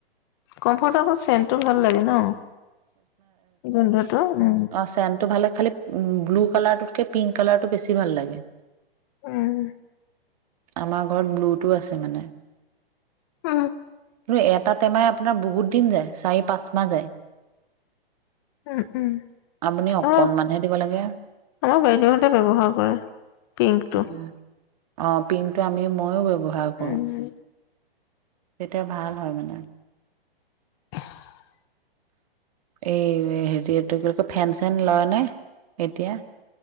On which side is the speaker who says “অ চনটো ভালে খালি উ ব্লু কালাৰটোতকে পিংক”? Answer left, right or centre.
Right